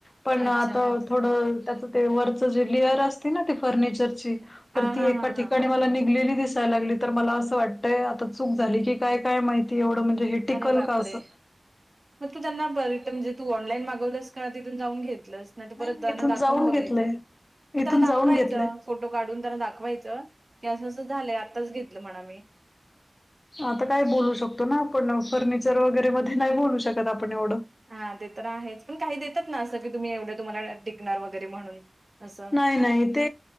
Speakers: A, on the left; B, on the right.
A: पण
B: अच्छा.
A: आता थोडं त्याच ते वरचं जे लेअर असते ना ते फर्निचरची
B: हां,
A: तर
B: हां,
A: ती एका
B: हां,
A: ठिकाणी
B: हां.
A: मला निघलेली दिसायला लागली. तर मला असं वाटतय आता चूक झाली की काय काय माहित. एवढं म्हणजे हे टिकल
B: अरे बापरे!
A: का असं?
B: मग तू त्यांना ब रिटर्न म्हणजे तू ऑनलाईन मागवलस का, तिथून जाऊन घेतलस? नाही तर परत
A: मी
B: त्यांना
A: इथून
B: दाखवून
A: जाऊन
B: बघायचं,
A: घेतलंय
B: म
A: इथून
B: त्यांना
A: जाऊन
B: दाखवायचं.
A: घेतलंय
B: फोटो काढून त्यांना दाखवायचं, की असं असं झालंय आत्ताच घेतलं म्हणा मी.
A: आता काय बोलू शकतो ना आपण, फर्निचर वगैरे मध्ये नाही बोलू शकत आपण एवढं.
B: हा ते तर आहेच पण काही देतात ना, असं की तुम्ही एवढं तुम्हाला टिकणार वगैरे म्हणून अस.
A: नाही नाही ते